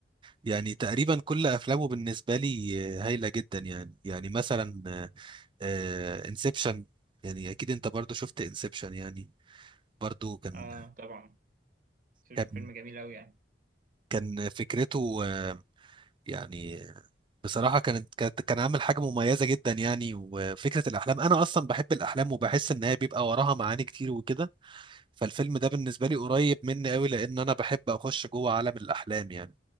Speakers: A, on the right (about 25°); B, on the right (about 50°).
A: يعني تقريبا كل افلامه بالنسبه لي آه، هايله جدا يعني يعني مثلا آه، انسبشن يعني اكيد انت برضو شفت انسبشن يعني برضو كان
B: اه طبعا شوف
A: كان
B: شوف فيلم جميل اوي يعني
A: كان فكرته آه، يعني بصراحة كانت كانت- كان عامل حاجة مميزة جدا يعني وفكرة الأحلام أنا أصلا بحب الأحلام وبحس إن هي بيبقى وراها معاني كتير وكده فالفيلم ده بالنسبة لي قريب مني أوي لأن أنا بحب أخش جوه عالم الأحلام يعني